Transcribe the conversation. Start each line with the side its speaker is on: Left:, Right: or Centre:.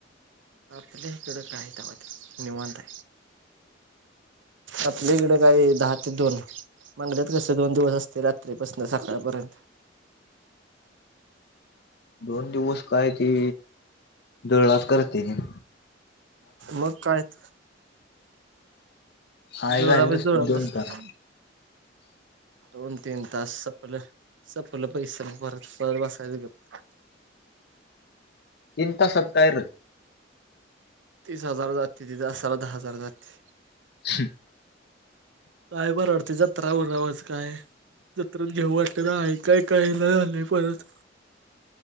Right: आपल्या हिकड काय गावात निवांत आहे. आपल्या इकडे काय दहा ते दोन बंगल्यात कस दोन दिवस असते रात्रीपासन सकाळपर्यंत.
Left: दोन दिवस काय ते धुळलास करते नी.
Right: मग काय त.
Left: हाय
Right: धुरळा
Left: घाली
Right: म्हणजे
Left: नसती
Right: धुरळाच
Left: दोन
Right: असतो.
Left: तास
Right: दोन तीन तास सपल सपल पैस म परत परवाच काय ते गप
Left: तीन तासात काय रं?
Right: तीस हजार जाते तिथे, तासाला दहा हजार जाते.
Left: <unintelligible>
Right: काय बा रडते जत्रा ऊरावच काय जत्रत घेऊ वाट तुम्ही ऐका कायन झालेय परत?